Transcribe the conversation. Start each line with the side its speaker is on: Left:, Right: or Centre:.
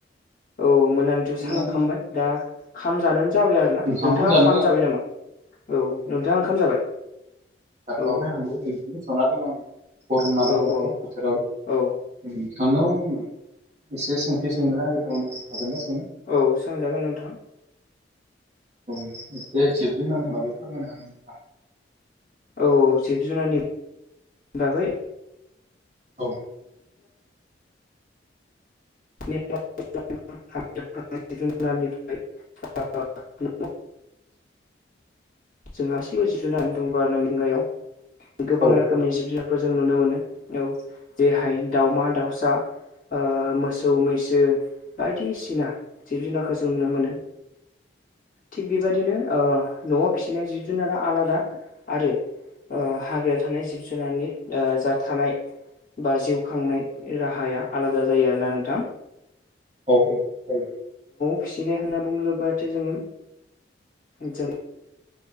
Left: औ मोनानिथ'
Right: नोंथांना
Left: सालोंखामबाय दा खाम जानो जाबाय आरो ना
Right: ओंखामानो
Left: नोंथाङा
Right: जानो
Left: ओंखाम जाबाय नामा औ नोंथाङा ओंखाम जाबाय?
Right: जाथ'वाखायआंबो
Left: औ
Right: ओरैनो जना दोङो गरम नालाय
Left: औ
Right: दाथ'
Left: औ
Right: बोथोराबो।
Left: औ
Right: थांनाव एसे सोंथि सोंनो नागिरदोंमोन हागोन दा
Left: औ सांजागोन नोंथां।
Right: एसे जोबज होननानै बागै फोरमायनो हागोन नोंथां।
Left: औ जिब जुनारनि बागै
Right: औ
Left: फ्राय <inaudible>
Right: <inaudible>
Left: जोंहा गासैबो जिब जुनार दं ब आरो ना मिंगायाव गोबां
Right: औ
Left: रोखोमनि जिब जुनारफोर जों नुनो मोनो औ जेरहाय दाउमा दाउसा ओ मोसौ मैसो बायदिसिना जिब जुनारखौ जों नुनो मोनो थिग बेबायदिनो न'आव फिसिनाय जिब जुनारा आलादा आरो हाग्रायाव थानाय जिब जुनारनि जा थानाय बा जिउ खांनाय राहाया आलादा जायो आरोना नोंथां।
Right: औ औ औ
Left: फिसिनाय होनना बुंङोब्लाथाय जोङो जों